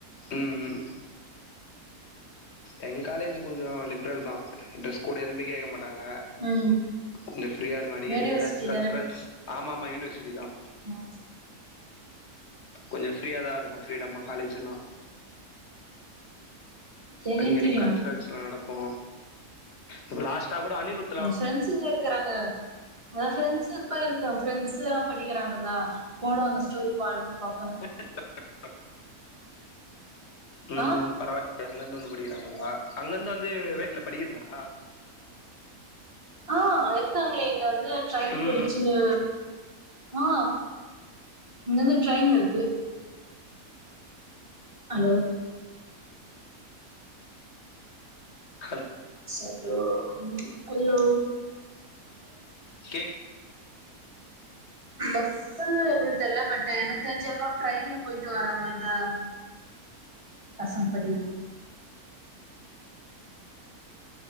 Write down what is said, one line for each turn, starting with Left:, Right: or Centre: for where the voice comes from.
Left: ம் ம் எ காலேஜ் கொஞ்சம் லிபரல் தான் ட்ரெஸ் கோடு எதுவுமே கேக்க மாட்டாங்க
Right: ம்
Left: கொஞ்ச ஃப்ரீயா இருக்கூ அடிக்கடி
Right: யூனிவர்சிட்டி
Left: ஏதாச்சு கல்ச்சுரல்ஸ் ஆமா ஆமா யூனிவர்சிட்டி தா
Right: ம்
Left: கொஞ்ச ஃப்ரீயா தா இருக்கூ ஃப்ரீடமா காலேஜ் எல்லா
Right: தெரியு
Left: அடிக்கடி
Right: தெரியு
Left: கல்ச்சுரல்ஸ்லா நடக்கூ இப்ப லாஸ்டா கூட அனிரூத்
Right: என் ஃப்ரெண்ட்ஸுங்க இருகுறாங்க அதா ஃப்ரெண்ட்ஸு இப்ப இருக்கும் ஃரெண்ட்ஸு எல்லாம் படிக்கிறாங்க தான் போடுவாங்க ஸ்டோரி பானு பாப்பே
Left: <inaudible> ம்
Right: ஆ
Left: பரவால்ல அங்கந்து வந்து படிகிறாங்களா அங்கந்து வந்து வேட்டுல படிகிறிங்களா
Right: ஆ இருக்காங்களே இங்க வந்து ட்ரெயின்
Left: ம்
Right: புடிச்
Left: ம்
Right: இங்க ஆ இங்கந்து ட்ரெயின் இருக்கு அலோ
Left: ஹலோ
Right: ஹலோ ஹலோ
Left: கே
Right: பஸ்ஸா எப்டி தெர்ல பட்டு எனக்கு தெரிஞ்சு ஹெல்பாப் ட்ரெயின்ல போய்ட்டு வர மாரிதா பசங் படிக்கிது